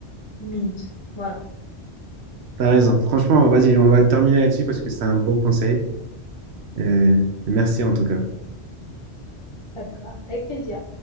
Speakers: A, on the left; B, on the right.
A: une minute. Voilà.
B: T'as raison. Franchement, vas-y, on va terminer là-dessus parce que c'est un beau conseil. Euh, merci en tout cas.
A: ça te va. Avec plaisir.